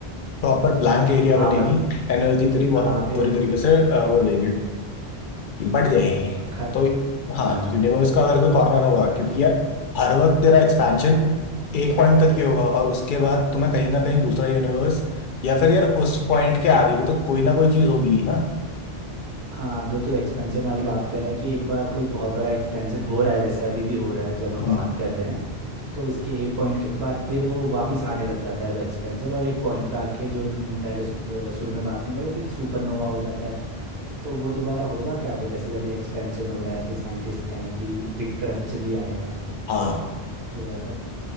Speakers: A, on the left; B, on the right.
A: प्रॉपर ब्लैंक एरिया
B: हाँ
A: बनेगी
B: मत
A: एनर्जी तेरी बहुत
B: हाँ फिर
A: बुरी तरीके से अ, वो हो जाएगी बढ़ जाएगी
B: ख-
A: तो हाँ
B: हाँ
A: यूनिवर्स का अगर कोई कॉर्नर होगा क्योंकि यार हर वक्त तेरा एक्सपेंशन एक पॉइंट तक ही होगा और उसके बाद तुम्हें कहीं ना कहीं दूसरा यूनिवर्स या फिर यार उस पॉइंट के आगे भी तो कोई ना कोई चीज होगी ही ना
B: हाँ जो तू एक्सपेंशन वाली बात कर रहा है कि एक बार कोई बहुत बड़ा एक्सपेंशन हो रहा है जैसे अभी भी हो रहा है जब हम
A: हम्म
B: बात कर रहे हैं तो इसके एक पॉइंट के बाद फिर वो वापस आने लग जाता है वो एक्सपेंशन और एक पॉइंट पे आके जो तुम पहले सुप- अ, शुरू में बात नहीं कर रहे थे कि सुपरनोवा हो जाता है तो वो दोबारा होगा क्या फिर ऐसे जब ये एक्सपेंशन हो रहा है फिर साइंटिस्ट कह रहे हैं कि बिग क्रंच भी आएगा
A: हाँ
B: तो ऐसा